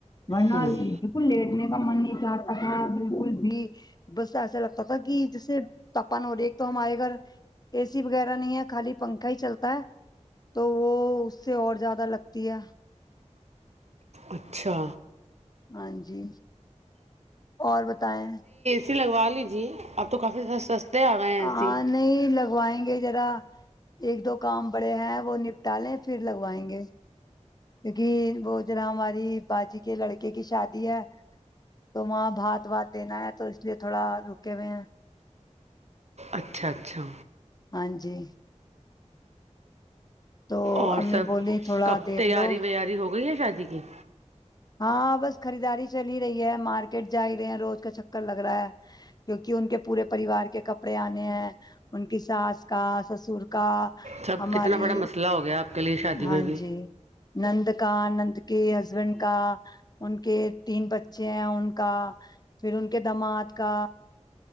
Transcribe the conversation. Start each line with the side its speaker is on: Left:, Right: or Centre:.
Left: ورنہ
Right: ہوں
Left: بالکل لیٹنے کا من نہیں چاہتا تھا بالکل بھی بس ایسا لگتا پ تھاا کہ جیسے تاپمان ہو رہی ایک تو ہمارے گھر اے سی وغیرہ نہیں ہے خالی پنکھا ہی چلتا ہے تو وہ اس سے اور لگتی ہے
Right: اچھا
Left: ہاں جی اور بتائیں
Right: جی لگوا لیجیے اب تو کافی سستے آ گئے ہیں اے
Left: ہاں
Right: سی
Left: نہیں لگوائیں گے ذرا ایک دو کام بڑے ہیں وہ نپٹال لیں پھر لگوائیں گے کیونکہ وہ جرا ہماری باجی کے لڑکے کی شادی ہے تو وہاں بھات وات دینا ہے تو اس لیے تھوڑا رکے ہوئے ہیں
Right: اچھا اچھا
Left: ہاں جی تو
Right: اور
Left: امی
Right: سب
Left: بولی تھوڑا
Right: کب
Left: دیکھ
Right: تیاری
Left: لو
Right: ویاری ہو گئی ہے شادی ایک
Left: ہاں بس خریداری چل ہی رہی ہے مارکیٹ جا ہی رہے ہیں روز کا چکر لگ رہا ہے کیونکہ ان کے پورے پریوار کے کپڑے آنے ہیں ان کی ساس کا سسر کا
Right: سب
Left: ہماری
Right: کتنا بڑا مسئلہ ہو گیا آپ کے لیے شادی
Left: ہاں
Right: میں بھی
Left: جی نند کا نند کے ہسبینڈ ان کے تین بچے ان کا پھر ان کے اقدمات کا